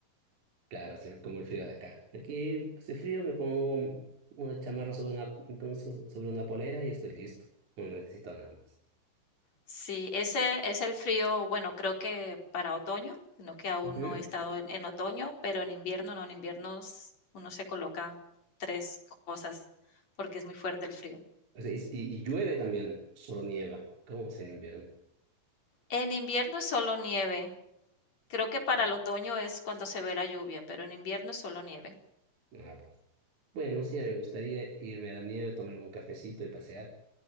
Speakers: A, on the right (about 55°); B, on the left (about 50°).
A: Claro, hace como el frío de acá. Aquí hace frío, me pongo un- una chamarra sobre una, como so- sobre una polera y estoy listo. No necesito nada más.
B: Sí, ese es el frío, bueno, creo que para otoño, sino que aún
A: Ujú.
B: no he estado en, en otoño, pero en invierno no, en invierno s- uno se coloca tres cosas porque es muy fuerte el frío.
A: O sea, y, y- y llueve también, solo nieva. ¿Cómo es el invierno?
B: En invierno es solo nieve. Creo que para el otoño es cuando se ve la lluvia, pero en invierno es solo nieve.
A: Ujú. Ah, pues. Bueno, sí, me gustaría irme a la nieve, tomarme un cafecito y pasear.